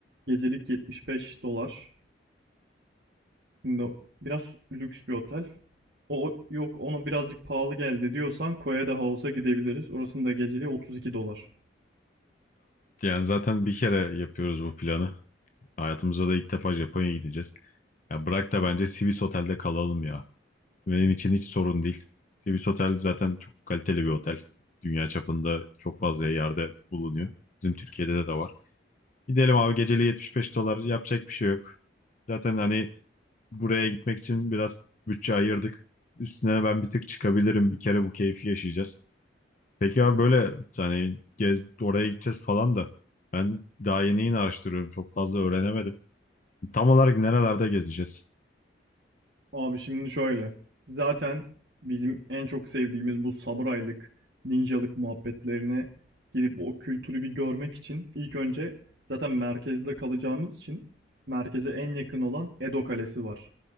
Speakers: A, on the right; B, on the left.
A: Gecelik 75 dolar. Şimdi biraz lüks bir otel. O yok ona birazcık pahalı geldi diyorsan Koya da House'a gidebiliriz. Orasının da geceliği 32 dolar.
B: Yani zaten bir kere yapıyoruz bu planı. Hayatımızda da ilk defa Japonya'ya gideceğiz. Ya bırak da bence Swiss Otel'de kalalım ya. Benim için hiç sorun değil. Swiss Otel zaten çok kaliteli bir otel. Dünya çapında çok fazla yerde bulunuyor. Bizim Türkiye'de de de var. Gidelim abi geceliği 75 dolar yapacak bir şey yok. Zaten hani buraya gitmek için biraz bütçe ayırdık. Üstüne ben bir tık çıkabilirim. Bir kere bu keyfi yaşayacağız. Peki abi böyle hani gez, oraya gideceğiz falan da ben daha yeni yeni araştırıyorum. Çok fazla öğrenemedim. Tam olarak nerelerde gezeceğiz?
A: Abi şimdi şöyle. Zaten bizim en çok sevdiğimiz bu samuraylık, ninjalık muhabbetlerine gidip o kültürü bir görmek için ilk önce zaten merkezde kalacağımız için merkeze en yakın olan Edo Kalesi var.